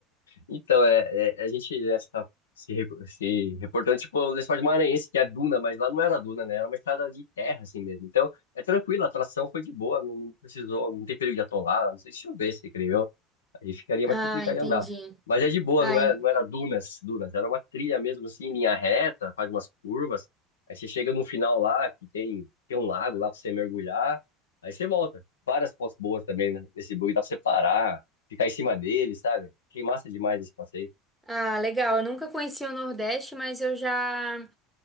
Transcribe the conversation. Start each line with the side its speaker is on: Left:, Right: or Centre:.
Left: Então, é, é- a gente essa, se, re- se reportando, tipo, o Lençol de Maranhense, que é Duna, mas lá não era Duna, né? Era uma estrada de terra, assim mesmo. Então, é tranquilo, a tração foi de boa, não precisou, não tem perigo de atolar, não sei se chovesse, creio eu. Aí ficaria
Centre: Ah,
Left: mais complicado
Centre: entendi.
Left: de andar. Mas é de boa,
Centre: Ah,
Left: não era,
Centre: en-
Left: não era dunas, dunas, era uma trilha mesmo, assim, em linha reta, faz umas curvas. Aí você chega no final lá, que tem, tem um lago lá pra você mergulhar, aí você volta. Várias fotos boas também, né? Nesse bug dá pra você parar, ficar em cima dele, sabe? Achei massa demais esse passeio.
Centre: ah, legal. Eu nunca conheci o Nordeste, mas eu já